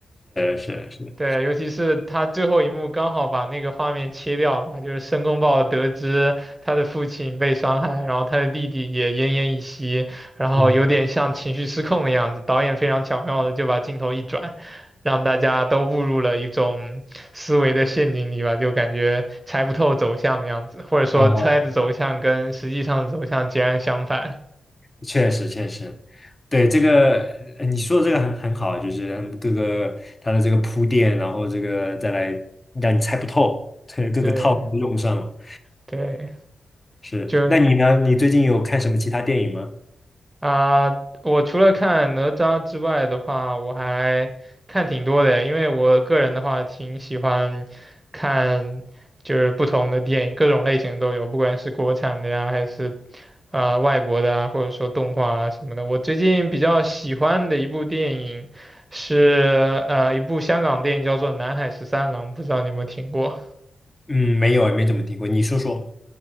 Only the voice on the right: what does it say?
对，尤其是他最后一幕刚好把那个画面切掉了嘛，就是申公豹得知他的父亲被伤害，然后他的弟弟也奄奄一息，然后有点像情绪失控的样子。
导演非常巧妙的就把镜头一转，让大家都误入了一种思维的陷阱里吧，就感觉猜不透走向的样子，或者说猜的走向跟实际上的走向截然相反。
对对，
就
啊，我除了看哪吒之外的话，我还看挺多的，因为我个人的话挺喜欢看，就是不同的电影，各种类型都有，不管是国产的呀，还是啊、呃外国的啊，或者说动画啊什么的。我最近比较喜欢的一部电影是呃一部香港电影叫做《南海十三郎》，不知道你有没有听过？